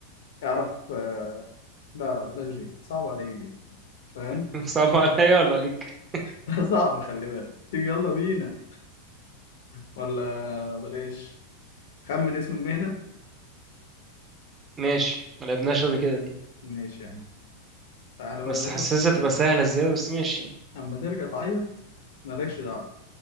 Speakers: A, on the left (about 70°); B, on the right (about 25°).
A: اعرف آه، لا لا بلاش دي صعب عليك دي فاهم
B: <laughs> صعب عليا ولا عليك
A: <laughs> صعبة خلي بالك تيجي يلا بينا ولا بلاش خمن اسم المهنة
B: ماشي ما لعبناش قبل كده دي
A: ماشي يا عم تعالى بقى
B: بس
A: يا باشا
B: حاسسها تبقى سهله زياده بس ماشي
A: اما ترجع تعيط مالكش دعوه